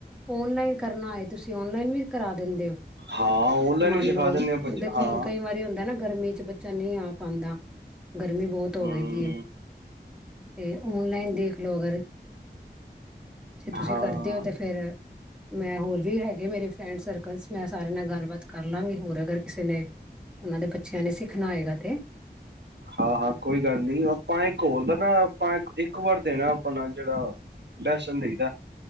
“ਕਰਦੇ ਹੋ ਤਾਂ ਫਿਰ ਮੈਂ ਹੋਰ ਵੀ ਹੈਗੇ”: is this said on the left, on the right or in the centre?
Centre